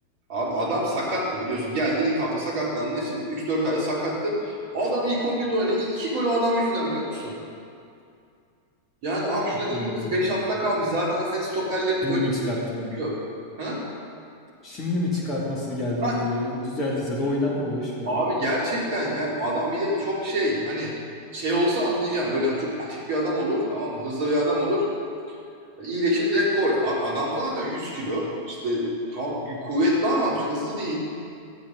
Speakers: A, on the right; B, on the left.
A: Abi adam sakattı biliyorsun. Geldi ilk hafta sakatlandı. İşte 3-4 ay sakattı. O adam ilk 11'de oynadı. İ- İki golü adam yüzünden biliyor musun? Yani abi şurada
B: Aynen
A: ligin
B: kötü
A: 5
B: değil.
A: hafta kalmış. Zaten senin stoperlerin
B: Şimdi
A: öyle
B: mi çıkarttın?
A: böyle çıkıyor. Ha?
B: Şimdi mi çıkartması geldi
A: Ha,
B: onu diyorum. Onu düzeldiyse de oynatma boş verin.
A: Abi gerçekten yani adam bir de çok şey hani şey olsa anlayacağım böyle hani çok atik bir adam olur tamam mı hızlı bir adam olur iyileşir direkt koy. Abi adam zaten 100 kilo işte tamam kuvvetli ama hızlı değil.